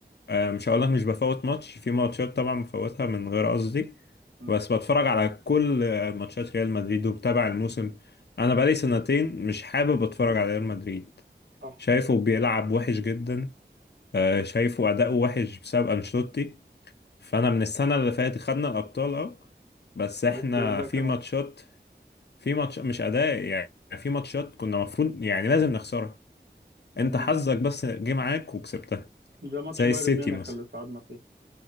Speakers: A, on the left; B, on the right.
A: آه، مش هقولك مش بفوت ماتش في ماتشات طبعا بفوتها من غير قصدي
B: مم.
A: بس بتفرج على كل آه، ماتشات ريال مدريد وبتابع الموسم انا بقالي سنتين مش حابب اتفرج على ريال مدريد
B: صح
A: شايفه بيلعب وحش جدا آه، شايفه اداؤه وحش بسبب انشيلوتي فانا من السنه اللي فاتت خدنا الابطال اه بس احنا
B: بس الأداء
A: في
B: كان
A: ماتشات
B: وحش
A: في ماتش مش اداء يعني في ماتشات كنا مفروض يعني لازم نخسرها انت
B: مم.
A: حظك بس جه معاك وكسبتها
B: زي ماتش
A: زي
B: بايرن
A: السيتي
B: ميونخ
A: مثلا
B: اللي صعدنا فيه